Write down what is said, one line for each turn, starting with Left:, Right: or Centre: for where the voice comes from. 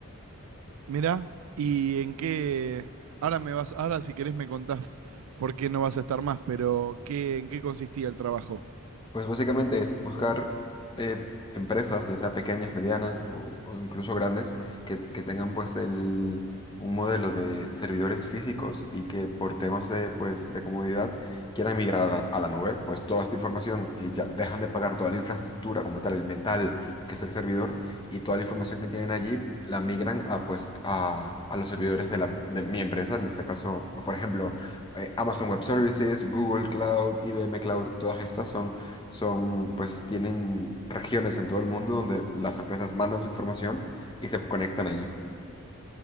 Right: Mirá, ¿y en qué? Ahora me vas, ahora si querés me contás por qué no vas a estar más, pero ¿qué, en qué consistía el trabajo?
Left: Pues básicamente es buscar eh, empresas, ya sea pequeñas, medianas o, o incluso grandes, que, que tengan pues el, un modelo de servidores físicos y que por temas de, pues, de comodidad quieran migrar a la, a la nube. Pues toda esta información eh, ya dejan de pagar toda la infraestructura como tal, el metal que es el servidor y toda la información que tienen allí la migran a, pues, a, a los servidores de, la, de mi empresa, en este caso, por ejemplo, eh, Amazon Web Services, Google Cloud, IBM Cloud, todas estas son son, pues tienen regiones en todo el mundo donde las empresas mandan su información y se conectan allí.